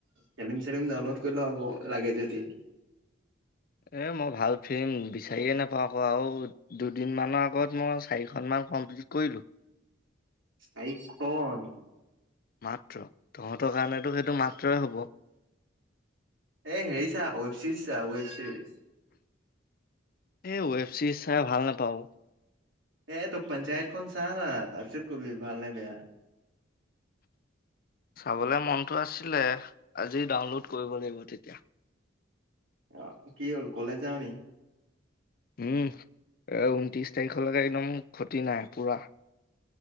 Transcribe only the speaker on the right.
ফিলিম চিলিম ডাউনলোড কৰিল আক হ'ব লাগে যদি
আইফোন,?
এ হেৰি চা ৱেব চিৰিজ চা ৱেব চিৰিজ।
এই তো পঞ্চায়তখন চাহ না, তাৰপিছত কবি ভাল নে বেয়া?
আহ কি হ'ল কলেজ যাওঁ নি?